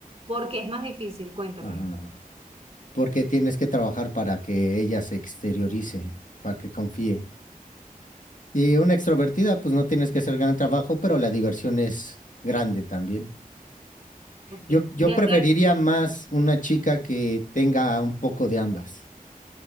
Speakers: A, on the right; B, on the left.
A: porque es más difícil, cuéntamelo.
B: ajá. Porque tienes que trabajar para que ella se exteriorice, para que confíe. Y una extrovertida, pues no tienes que hacer gran trabajo, pero la diversión es grande también.
A: Ok,
B: Yo, yo
A: ¿ya
B: preferiría
A: te...
B: más una chica que tenga un poco de ambas.